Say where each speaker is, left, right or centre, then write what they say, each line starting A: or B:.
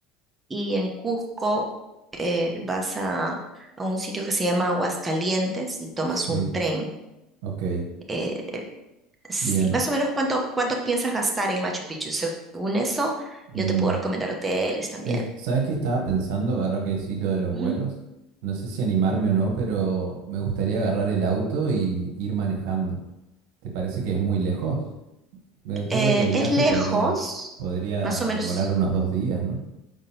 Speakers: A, on the right (about 15°); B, on the right (about 75°).
A: y en Cusco eh, vas a, a un sitio que se llama Aguascalientes y tomas
B: Sí,
A: un tren.
B: ok,
A: Eh, sí,
B: bien.
A: más o menos cuánto, cuánto piensas gastar en Machu Picchu. Según eso,
B: Mm.
A: yo te puedo recomendar hoteles también.
B: Es- ¿sabes qué estaba pensando? Ahora que decís lo de los vuelos.
A: Ujú.
B: No sé si animarme o no, pero me gustaría agarrar el auto y ir manejando. ¿Te parece que es muy lejos? Me- Yo
A: Eh,
B: creo que el
A: es
B: viaje
A: lejos,
B: podría, podría
A: más o menos,
B: demorar unos dos días, ¿no?